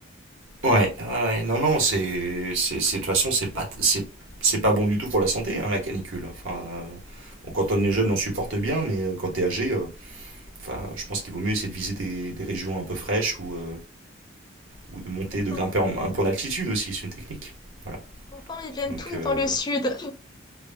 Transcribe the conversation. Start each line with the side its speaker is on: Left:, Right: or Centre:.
Right: ouais, ouais. Non, non, c'est, c'est, c'est- de toute façon, c'est pas, c'est, c'est pas bon du tout pour la santé, hein, la canicule. Enfin, euh, bon, quand on est jeune, on supporte bien, mais euh, quand t'es âgé, euh, enfin, je pense qu'il vaut mieux essayer de viser des, des régions un peu fraîches ou, euh, ou de monter,
Left: Pourtant,
Right: de grimper en- un peu en altitude aussi, c'est une technique. Voilà.
Left: pourtant, ils viennent
Right: Donc,
Left: tous
Right: euh,
Left: dans le sud.